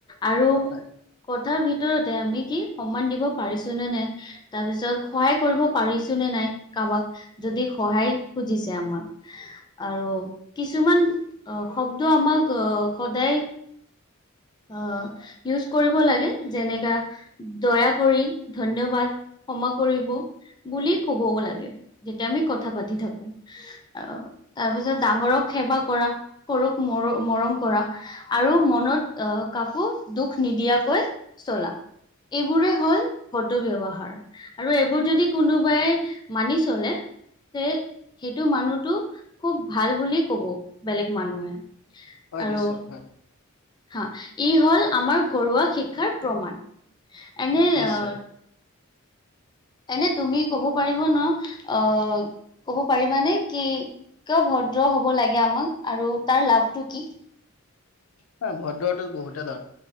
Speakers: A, on the left; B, on the left.
A: আৰু
B: হয়
A: কথাৰ ভিতৰতে আমি কি সন্মান দিব পাৰিছো নে নাই। তাৰ পিছত সহায় কৰিব পাৰিছো নে নাই কাবাক যদি সহায় খুজিছে আমাক আৰু কিছুমান অ' শব্দ আমাক অ সদায় অ' ইউজ কৰিব লাগে যেনেকা দয়া কৰি ধন্যবাদ ক্ষমা কৰিব। বুলি ক'বও লাগে যেতিয়া আমি কথা পাতি থাকো। অ' তাৰপিছত ডাঙৰক সেৱা কৰা সৰুক মৰ মৰম কৰা আৰু মনত আহ কাকো দুখ নিদিয়াকৈ চলা। এইবোৰে হ'ল ক'ত ব্যৱহাৰ আৰু এইবোৰ যদি কোনোবাই মানি চলে এফালে সেই সেইটো মানুহটো খুব ভাল বুলি কব বেলেগ মানুহে।
B: হয়
A: আৰু
B: নিশ্চয় হয়।
A: হা ই হল আমাৰ ঘৰুৱা শিক্ষাৰ প্ৰমাণ এনে
B: নিশ্চয়
A: অ এনে তুমি কব পাৰিব ন অ' কব পাৰিবানে কি কিয় ভদ্ৰ হব লাগে আমাক আৰু তাৰ লাভটো কি
B: হয় ভদ্ৰতো বহুতে ধৰ